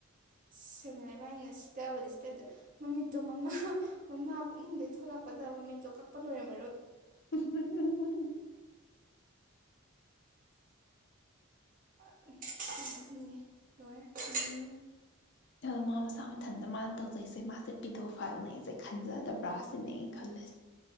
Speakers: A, on the right; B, on the left.
A: ꯁꯦꯜꯐꯤꯅꯥ ꯏꯕꯥꯅꯤꯅ ꯁꯤꯗꯕꯗ ꯁꯤꯗꯕꯗ ꯃꯃꯤꯠꯇꯣ ꯃꯃꯥ ꯃꯃꯥ ꯄꯨꯛꯅꯤꯡꯗꯩ ꯊꯣꯛꯂꯛꯄꯗ ꯃꯃꯤꯠꯇꯣ ꯀꯛꯄ ꯂꯣꯏꯔꯝ
B: ꯎ ꯍꯨꯡ-ꯍꯨꯡ
A: ꯂꯧꯁꯤꯟꯕ ꯉꯝꯗꯕ ꯂꯣꯏꯔꯦ
B: ꯑꯗꯣ ꯃꯥ ꯃꯁꯥ ꯃꯊꯟꯇ ꯃꯥꯅ ꯇꯧꯖꯩꯁꯦ ꯃꯥꯁꯦ ꯄꯤꯗꯣ ꯐꯥꯏꯜꯅꯦ ꯁꯦ ꯈꯟꯖꯗꯕ꯭ꯔꯥ ꯁꯤꯅꯦ ꯑꯩꯅ ꯈꯜꯂꯤꯁꯦ